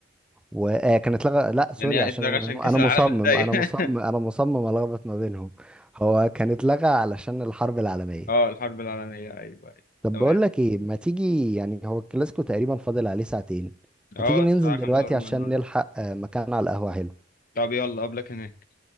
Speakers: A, in the centre; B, on the left.
A: وكان اتلغى لا سوري
B: يعني هي
A: عشان
B: اتلغى عشان
A: انا
B: كاس
A: أنا
B: العالم
A: مصمم
B: الضيق
A: انا
B: <laughs>
A: مصمم انا مصمم الخبط ما بينهم هو كان اتلغى علشان الحرب العالمية
B: اه الحرب العالميه ايوه ايوه
A: طب
B: تمام
A: بقول لك ايه ما تيجي يعني هو الكلاسيكو تقريبا فاضل عليه ساعتين
B: اه
A: ما تيجي ننزل
B: الساعه 5
A: دلوقتي
B: وربع
A: عشان
B: النهارده
A: نلحق آه، مكان على القهوة حلو
B: طب يلا قبلك هناك